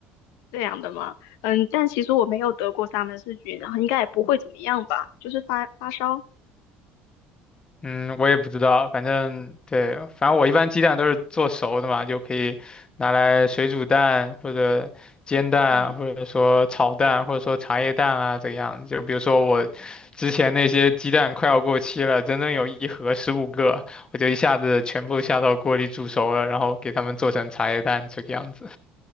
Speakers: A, on the left; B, on the left.
A: 这样的吗？嗯，但其实我没有得过沙门氏菌，然后应该也不会怎么样吧，就是发发烧。
B: 嗯，我也不知道，反正对，反正我一般鸡蛋都是做熟的嘛，就可以拿来水煮蛋或者煎蛋，
A: 嗯
B: 或者说炒蛋，或者说茶叶蛋啊，怎样？就比如说我之前那些鸡蛋快要过期了，整整有一盒十五个，我就一下子全部下到锅里煮熟了，然后给它们做成茶叶蛋这个样子